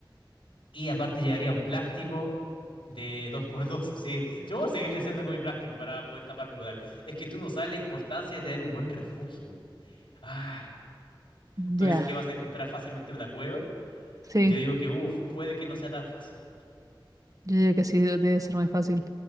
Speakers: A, on the left; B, on the right.
A: Y aparte llevaría un plástico de dos por dos. <laughs> así. Yo voy a seguirle haciendo con mi plástico para poder taparme con algo. Es que tú no sabes la importancia de tener un buen refugio. Ah, tú
B: Ya,
A: dices que vas a encontrar fácilmente una cueva.
B: sí,
A: Yo digo que, uff, puede que no sea tan fácil.
B: yo digo que sí, de- debe ser muy fácil.